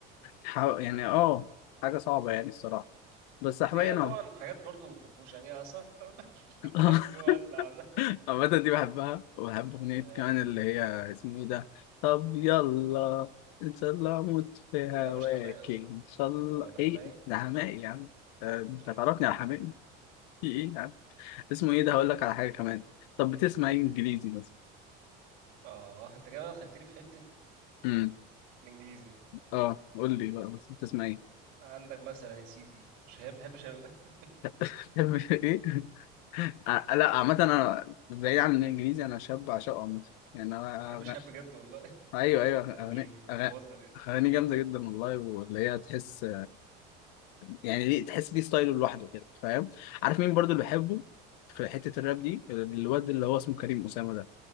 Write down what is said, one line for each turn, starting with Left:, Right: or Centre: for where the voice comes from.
Left: حا- يعني اه حاجة صعبة يعني الصراحة بس حماية
Right: في اه
Left: انا
Right: طبعا حاجات برضو فرفوشة يعني إيه أصلا <laughs>
Left: <laughs>
Right: قلبي ولع أنا.
Left: عامة دي بحبها وبحب أغنية
Right: آه،
Left: كمان اللي هي اسمه ايه ده طب يلا ان شاء الله اموت في هواك
Right: ده مش حماية أصلا
Left: ان شاء الله
Right: أه ده
Left: ايه
Right: حماية
Left: ده حماقي يا عم آه، انت
Right: آه
Left: تعرفني على حماقي في ايه يا عم اسمه ايه ده هقول لك على حاجة كمان طب بتسمع ايه انجليزي مثلا
Right: آه، أنت كده بقى دخلتلي في حتة
Left: امم
Right: الإنجليزي
Left: اه قول لي بقى بس بتسمع ايه
Right: عندك مثلا يا سيدي شهاب بحب شهاب <laughs>
Left: <laughs> بتحب ايه ع- لا عامة أنا بعيد عن الإنجليزي أنا شاب عشقه عامة يعني أنا
Right: أنا بحب شهاب بجد
Left: أغ-
Right: والله <laughs>
Left: أيوه أيوه
Right: يعني
Left: أغاني
Right: مش مش مش
Left: أغاني
Right: بهزر يعني
Left: أغاني جامدة جدا والله واللي هي تحس يعني ليه تحس دي ستايله لوحده كده فاهم عارف مين برضو اللي بحبه في حتة الراب دي الواد اللي هو اسمه كريم أسامة ده